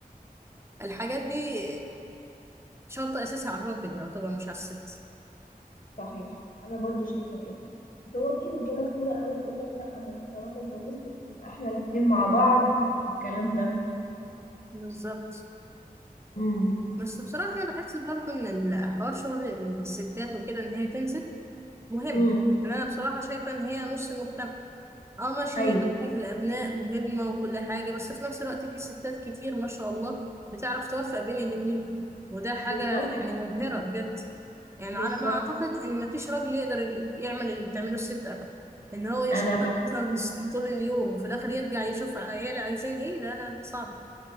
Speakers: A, on the left (about 60°); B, on the right (about 15°).
A: صح.
B: فالحاجات دي شرط أساسي على الراجل يعتبر مش على الست
A: صحيح انا برضو شايفة كده. بس هو في رجاله كتيره قوي تقول لك لا ما انت طالما اتجوزتك يبقى احنا الاتنين مع بعض والكلام ده
B: بالظبط
A: امم
B: بس بصراحة أنا بحس برضه إن الحوار شغل الستات وكده إن هي تنزل مهم
A: امم
B: يعني أنا بصراحة شايفة إن هي نص المجتمع أه ماشي
A: ايوه
B: هي كافة الأبناء مهمة وكل حاجة بس في نفس الوقت في ستات كتير ما شاء الله بتعرف توفق بين الاتنين وده حاجة
A: بالظبط
B: يعني مبهرة بجد يعني
A: بالظبط
B: على ما أعتقد إن مفيش راجل يقدر يعمل اللي بتعمله الست أبدا إن هو يشتغل
A: انا
B: مثلا <laughs> طول اليوم وفي الآخر يرجع يشوف عياله عايزين إيه لا لا صعب